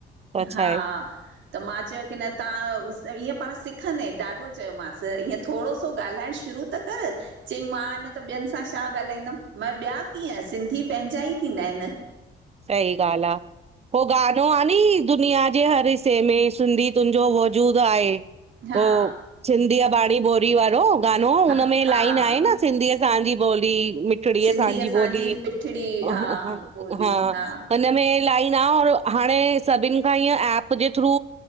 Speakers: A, on the right (about 30°); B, on the right (about 70°).
A: त
B: हा
A: छा आहे
B: त मां चयो कि न तहां ईअं पाण सिखंदे, ॾाढो चयोमांसि ईअं। थोङो सो ॻाल्हाइण शुरू त कर, चंई मां मां न, त ॿियनि सां छा ॻाल्हाईंदमि, मां चयो ॿिया कीअं, सिंधी पंहिंजा ई थींदा आहिन।
A: सही ॻाल आ, हो गानो आ नी, दुुनिया जे हर हिस्से में सिंधी तुंहिंजो वजूदु आहें।
B: हा
A: हो सिंधी बाणी बोरी वारो गानो,
B: हा
A: हुनमें लाइन
B: हा
A: आहें न सिंधीअ सांजी बोली, मिठड़ी
B: सिंधी
A: असांजी बोली,
B: मिठड़ी
A: हां।
B: हा ॿोली हा
A: हिननमें लाइन आ और हाणे सभिन खां इंअ एप जे थ्रू